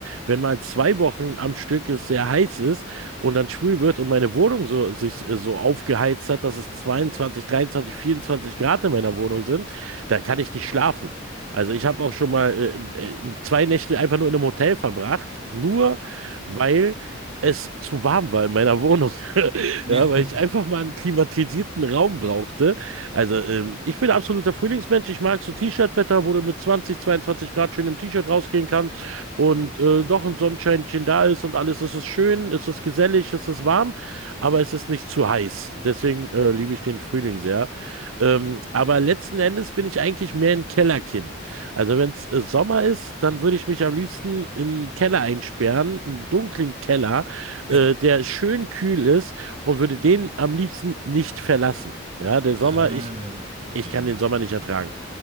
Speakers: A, on the right; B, on the right.
A: Wenn mal zwei Wochen am Stück es sehr heiß ist und dann schwül wird und meine Wohnung so, sich äh, so aufgeheizt hat, dass es 22, 23, 24 Grad in meiner Wohnung sind, da kann ich nicht schlafen. Also ich habe auch schon mal äh, äh, zwei Nächte einfach nur in einem Hotel verbracht, nur weil es zu warm war in meiner Wohnung. <laughs>
B: <laughs>
A: Ja, weil ich einfach mal einen klimatisierten Raum brauchte. Also ähm, ich bin absoluter Frühlingsmensch. Ich mag so T-Shirt-Wetter, wo du mit 20, 22 Grad schön im T-Shirt rausgehen kannst und äh, doch ein Sonnenscheinchen da ist und alles. Es ist schön, es ist gesellig, es ist warm, aber es ist nicht zu heiß. Deswegen äh, liebe ich den Frühling sehr. Ähm, aber letzten Endes bin ich eigentlich mehr ein Kellerkind. Also wenn es äh, Sommer ist, dann würde ich mich am liebsten in einen Keller einsperren, einen dunklen Keller,
B: Ja.
A: äh, der schön kühl ist und würde den am liebsten nicht verlassen. Ja, der Sommer,
B: Ah,
A: ich, ich
B: äh,
A: kann den Sommer nicht ertragen.